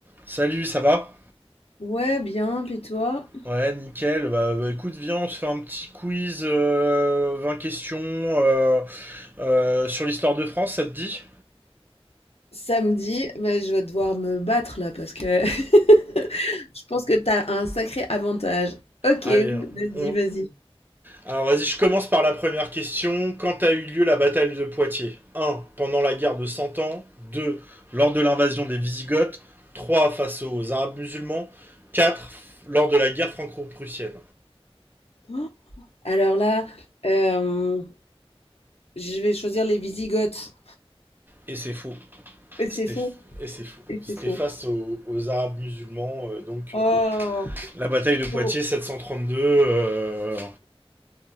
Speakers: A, on the right; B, on the left.
A: Salut, ça va?
B: Ouais, bien, puis toi?
A: Ouais, nickel. Bah, bah, écoute, viens, on se fait un petit quiz, euh, 20 questions euh, euh, sur l'histoire de France, ça te dit?
B: Samedi, mais je vais devoir me battre là parce que <laughs> je pense que t'as un sacré avantage. Ok,
A: Allez,
B: vas-y,
A: on...
B: vas-y.
A: Alors vas-y, je commence par la première question. Quand a eu lieu la bataille de Poitiers? Un, Pendant la guerre de Cent Ans. 2, Lors de l'invasion des Wisigoths. 3, Face aux Arabes musulmans. 4, Lors de la guerre franco-prussienne.
B: Oh, Alors là, euh, je vais choisir les Visigoths
A: Et c'est faux.
B: Et c'est
A: C'était...
B: faux.
A: Et c'est faux.
B: Et
A: C'était
B: c'est faux.
A: face aux, aux Arabes musulmans, euh, donc...
B: Oh,
A: euh, La bataille de Poitiers
B: faux.
A: 732. euh,